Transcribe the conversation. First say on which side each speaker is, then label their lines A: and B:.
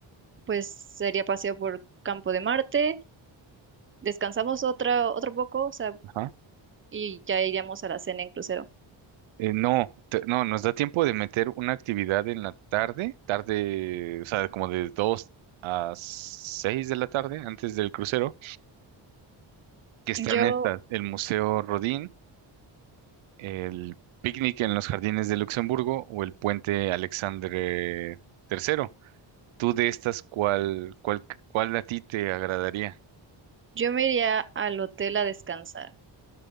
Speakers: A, on the right; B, on the right.
A: pues sería paseo por Campo de Marte, descansamos otra, otro poco, o sea,
B: ajá.
A: y ya iríamos a la cena en crucero.
B: Eh, no, te- no, nos da tiempo de meter una actividad en la tarde, tarde, o sea, como de 2 a 6 de la tarde, antes del crucero, que están
A: Yo,
B: estas, el Museo Rodin, el picnic en los jardines de Luxemburgo o el puente Alexandre III. ¿Tú de estas cuál, cuál, cuál a ti te agradaría?
A: yo me iría al hotel a descansar,